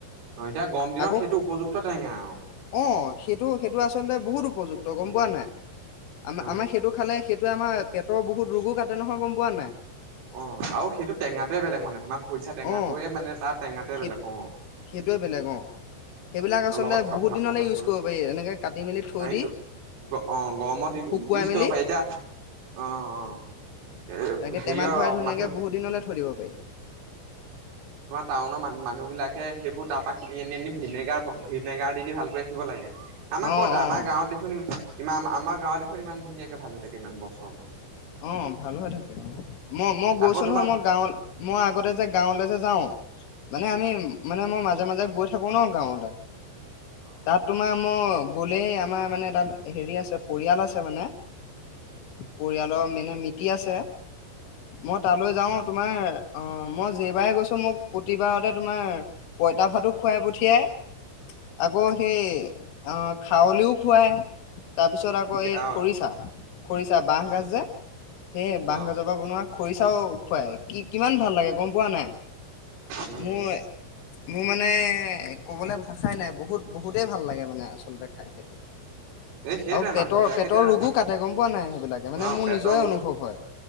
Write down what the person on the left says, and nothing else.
আকৌ
অ সেইটো সেইটো আচলতে বহুত উপযুক্ত গম পোৱা নাই আম
আমাৰ সেইটো খালে সেই ত আমাৰ পেটৰ বহুত ৰোগো কাটে নহয় গম পোৱা নাই
অ
সেই
সেইটোৱে বেলেগ অ সেইবিলাক
আচলতে
বহুত
দিনলৈ
ইউজ
কৰিব পাৰি এনেকে কাটি মেলি থৈ
দি
শুকুৱাই
মেলি
তাকে
টেমাত ভৰাই ধুনীয়াকে
বহুত দিনলৈ থৰি দব পাৰি
অ
অ
অ' ভাল হৈ থাকে, অ' মই মই গৈছো
নহয় মই গাঁৱ মই আগতে যে গাঁৱলে যে যাওঁ মানে আমি
মানে মোৰ মাজে মাজে গৈ থাকো ন গাঁৱতে
তাত তোমাৰ ম গলেই আমাৰ মানে তাত হেৰি আছে পৰিয়াল আছে মানে
পৰিয়াল মিটি আছে মই
তালৈ যাও তোমাৰ অ' মই যেবাৰে গৈছো মোক প্ৰতিবাৰতে তোমাৰ পঁইতা ভাতো খুৱাই পঠিয়াই আকৌ
সেই আহ খাৱলিও খুৱাই তাৰপিছত আকৌ
এই
খৰিচা খৰিচা বাঁহগাজ
যে, হে বাঁহ
গাজৰ পৰা বনোৱা খৰিচা খুৱাই কি-কিমান ভাল লাগে গম পোৱা নাই?
মোৰ,
মোৰ মানে ক'বলে ভাষাই নাই বহুত, বহুতেই ভাল লাগে মানে আচ <unintelligible> খায় সেইটো
আৰু পেটৰ,
পেটৰ
ৰোগো কাটে গম পোৱা নাই? সেইবিলাকে মানে
মোৰ
নিজ নিজৰে অনুভৱ হয়,